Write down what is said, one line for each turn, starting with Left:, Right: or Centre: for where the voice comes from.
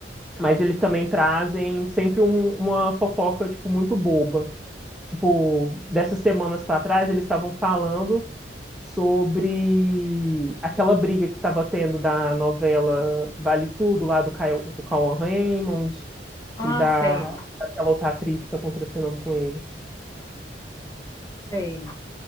Centre: mas eles também trazem sempre um- uma fofoca, tipo, muito boba. Tipo, dessas semanas para trás, eles estavam falando sobre aquela briga que estava tendo da novela Vale Tudo, lá do, Caio, do Cauan Raymond,
Left: Ah,
Centre: e da,
Left: sei,
Centre: daquela outra atriz que está contracenando com ele.
Left: sei.